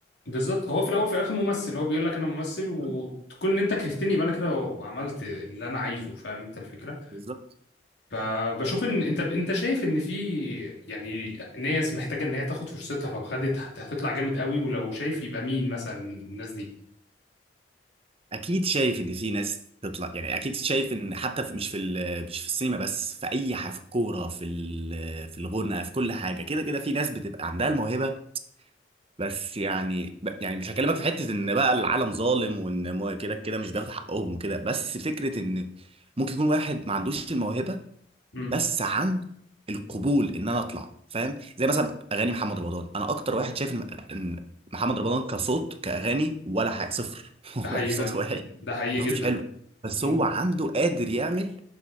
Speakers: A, on the left (about 75°); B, on the right (about 35°).
A: بالظبط هو في الاول في الاخر ممثل هو بيقول لك انا ممثل وتكون
B: مم.
A: ان انت كرهتني يبقى انا كده وعملت اللي انا عايزه فاهم انت الفكرة
B: بالظبط
A: فبشوف ان انت انت شايف ان في يعني ناس محتاجه ان هي تاخد فرصتها لو خدت هت- هتطلع جامد قوي ولو شايف يبقى مين مثلا الناس دي
B: اكيد شايف ان في ناس تطلع يعني اكيد شايف ان حتى في مش في ال- مش في السينما بس في اي حاجه في الكوره في ال- في الغنى في كل حاجه كده كده في ناس بتبقى عندها الموهبه بس يعني ب- يعني مش هكلمك في حته ان بقى العالم ظالم وان مو- كده كده مش بياخد حقهم وكده بس فكره ان ممكن يكون واحد ما عندوش الموهبه
A: امم
B: بس عن القبول ان انا اطلع فاهم زي مثلا اغاني محمد رمضان انا اكتر واحد شايف ان إن محمد رمضان كصوت كاغاني ولا حاجه صفر <laughs> هو
A: ده حقيقي
B: صوته
A: فعلا
B: وحش
A: ده حقيقي
B: صوته
A: جدا
B: مش حلو بس
A: امم
B: هو عنده قادر يعمل